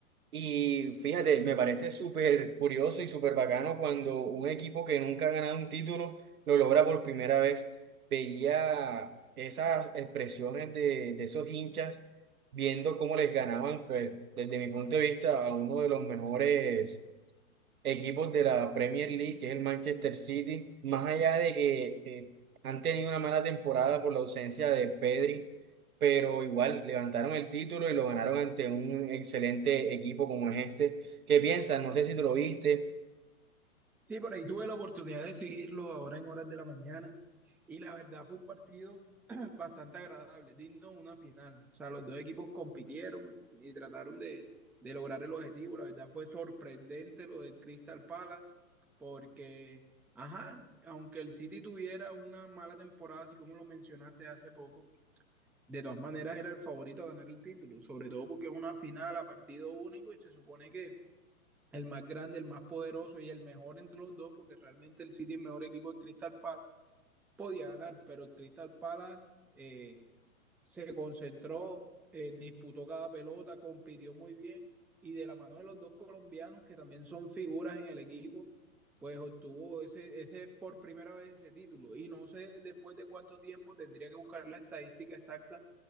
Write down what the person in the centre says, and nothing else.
Sí, por ahí tuve la oportunidad de seguirlo ahora en horas de la mañana y la verdad fue un partido <clears throat> bastante agradable, digno de una final. O sea, los dos equipos compitieron y trataron de, de lograr el objetivo. La verdad fue sorprendente lo de Crystal Palace porque, ajá, aunque el City tuviera una mala temporada, así como lo mencionaste hace poco, de todas maneras era el favorito a ganar el título, sobre todo porque es una final a partido único y se supone que el más grande, el más poderoso y el mejor entre los dos, porque realmente el City es el mejor equipo del Crystal Palace, podía ganar, pero el Crystal Palace eh, se concentró, eh, disputó cada pelota, compitió muy bien y de la mano de los dos colombianos, que también son figuras en el equipo, pues obtuvo ese, ese por primera vez ese título. Y no sé después de cuánto tiempo tendría que buscar la estadística exacta